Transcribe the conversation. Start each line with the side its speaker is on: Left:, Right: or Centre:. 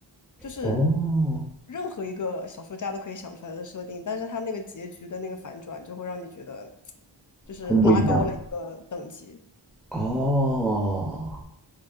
Left: 就是
Centre: 哦，
Left: 任何一个小说家都可以想出来的设定，但是他那个结局的那个反转就会让你觉得就是拉高了一个等级。
Centre: 很不一样。哦